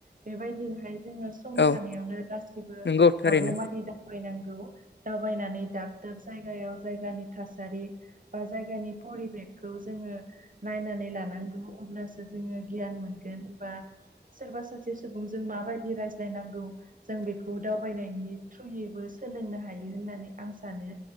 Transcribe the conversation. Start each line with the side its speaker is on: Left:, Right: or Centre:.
Right: बेबायदिनोहाय जोङो सम
Left: औ
Right: थानायावनो गासिबो
Left: नंगौ थारैनो
Right: हागौमानि दा दावबायनांगौ दावबाय नानै दाब दाब जायगायाव जायगानि थासारि बा जाय गानि परिबेकखौ जोङो नायनानै लानांगौ अब्लासो जोङो गियान मोनगोन बा सोरबा सासे सुबुंजों माबायदि रायज्लायनांगौ जों बेखौ दावबायनायनि थ्रुयैबो सोलोंनो हायो होननानै आं सानो।